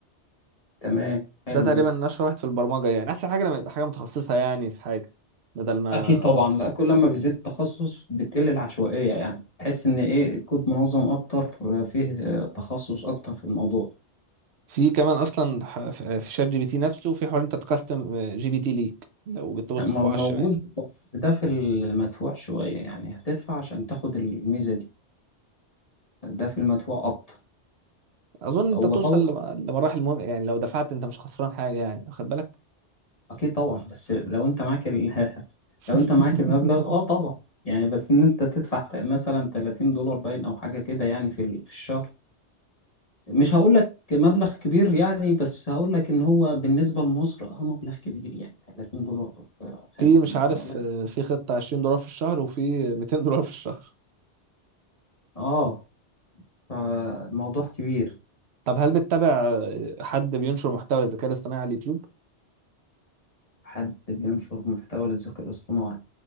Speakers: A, on the left; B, on the right.
A: تمام حلو
B: ده تقريبا
A: ده
B: اشهر واحد في البرمجة يعني احسن حاجة لما يبقى حاجة متخصصة يعني في حاجة بدل ما
A: اكيد طبعا لا كل ما بيزيد التخصص بتقل العشوائية يعني تحس ان ايه الكود منظم اكتر آه، فيه آه، تخصص اكتر في الموضوع
B: في كمان اصلا ح- في في شات جي بي تي نفسه في حوار انت تكستم جي بي تي ليك لو جيت تبص
A: يعني مو-
B: فوق
A: موجود
B: على الشمال
A: بس ده في المدفوع شوية يعني هتدفع عشان تاخد الميزة دي ده في المدفوع أكتر
B: اظن انت
A: هو
B: بتوصل
A: طبعا
B: لم- لمراحل مهم يعني لو دفعت انت مش خسران حاجة يعني واخد بالك
A: أكيد طبعا بس لو أنت معاك ال... <laughs>
B: <laughs>
A: لو أنت معاك المبلغ أه طبعا يعني بس إن أنت تدفع ت- مثلا 30 دولار باين أو حاجة كده يعني في ال- في الشهر مش هقول لك مبلغ كبير يعني بس هقول لك إن هو بالنسبة لمصر أه مبلغ كبير يعني 30 دولار آه، 50
B: في مش عارف
A: أه لا
B: آه، في خطة 20 دولار في الشهر وفي 200 دولار في الشهر
A: أه فالموضوع كبير
B: طب هل بتتابع آه، حد بينشر محتوى للذكاء الاصطناعي على اليوتيوب
A: حد بينشر محتوى للذكاء الاصطناعي